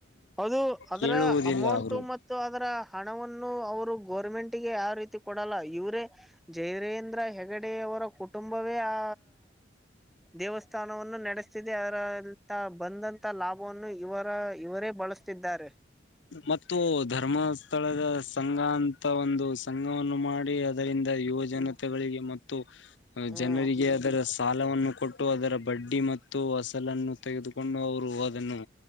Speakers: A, in the centre; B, on the left (about 80°).
A: ಅದು ಅದರ
B: ಕೇಳುವುದಿಲ್ಲ
A: ಅಮೌಂಟು
B: ಅವರು
A: ಮತ್ತ್ ಅದರ ಹಣವನ್ನು ಅವರು ಗೌರ್ಮೆಂಟ್ಗೆ ಯಾವ ರೀತಿ ಕೊಡಲ್ಲ ಇವರೇ ಜೈರೇಂದ್ರ ಹೆಗಡೆಯ ಅವರ ಕುಟುಂಬವೇ ಆ ದೇವಸ್ಥಾನವನ್ನು ನಡೆಸ್ತಿದೆ ಅರಂತ ಬಂದಂತ ಲಾಭ ಪೋನ್ನು ಇವರ ಇವರೇ ಬಳಸ್ತಿದ್ದಾರೆ.
B: ಮತ್ತು ಧರ್ಮಸ್ಥಳದ ಸಂಘ ಅಂತ ಒಂದು ಸಂಘವನ್ನು ಮಾಡಿ ಅದ್ ಆದರಿಂದ ಯುವ ಜನತೆಗಳಿಗೆ ಮತ್ತು
A: ಹ್ಮ್
B: ಜನರಿಗೆ ಅದರ ಸಾಲವನ್ನು ಕೊಟ್ಟು ಅದರ ಬಡ್ಡಿ ಮತ್ತು ಅಸಲನ್ನು ತೆಗೆದುಕೊಂಡು ಅವರು ಅದನ್ನು